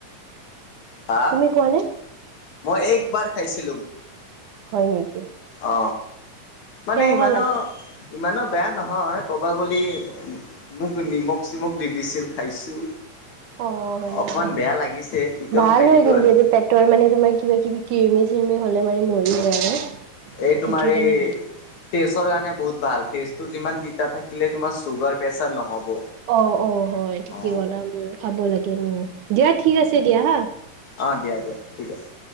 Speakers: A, on the left; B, on the right.
A: হা
B: তুমি খোৱানে
A: মই একবাৰ খাইছিলো।
B: হয় নেকি?
A: অ মানে
B: কেনেকুৱা
A: ইমানো
B: লাগে
A: ইমানো বেয়া নহয়, ক'ব গলি মোক নিমখ চিমখ দি দিছিল। খাইছো,
B: অ', হয় নেকি?
A: অকমান বেয়া লাগিছে। তেতিয়াও
B: ভাল
A: খাই
B: হয়
A: দিলো
B: কিন্তু,
A: আৰু
B: এইটো পেটৰ মানে তোমাৰ কিবা কিবি কৃমি চিৰ্মি হ'লে মানে ম আৰু সেইটোৰ
A: এই তোমাৰ
B: কাৰণে
A: এই
B: ভাল।
A: তেজৰ কাৰণে বহুত ভাল। তেজটো যিমান তিতা থাকিলে তোমাৰ চুগাৰ প্ৰেচাৰ নহব।
B: অ' অ'! হয়, ঠিকে
A: অ
B: ক'লা! খাব লাগে, উম! দিয়া ঠিক আছে, দিয়া হা।
A: অ'! দিয়া, দিয়া! ঠিক আছে।